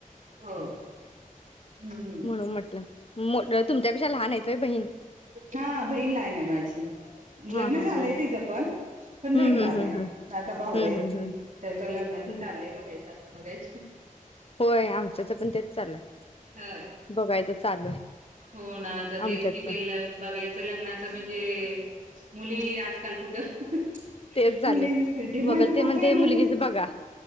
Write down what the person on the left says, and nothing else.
म्हणून म्हटलं मो तुमच्यापेक्षा लहान आहेत होय बहीण
हा हा
हा हा
हम्म
हम्म हम्म
हम्म
हम्म हम्म
हम्म
होय आमच्याच पण तेच चालूय
बघायचं चालू आहे.
आमच्यात
पण
तेच झालंय
बघल
ते म्हणते
मुलगीच
बघा